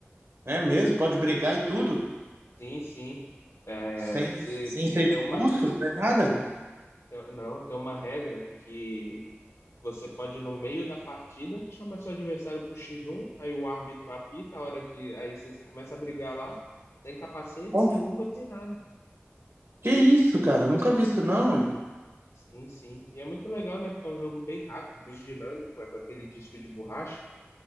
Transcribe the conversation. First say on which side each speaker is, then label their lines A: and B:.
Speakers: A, on the right; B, on the left.
A: é mesmo? Pode brigar e tudo?
B: Sim, sim. É,
A: Sem,
B: você
A: sem ser
B: tem
A: expulso?
B: uma,
A: Não é nada?
B: tem- não, tem uma regra que você pode no meio da partida chamar seu adversário pro X1, aí o árbitro apita a hora que aí vocês começam a brigar lá, sem capacete,
A: Pô,
B: sem luva, sem nada.
A: que isso, cara? Nunca vi isso, não, hein?
B: Sim, sim. E é muito legal, né? Porque é um jogo bem rápido, bem dinâmico, é com aquele disco de borracha.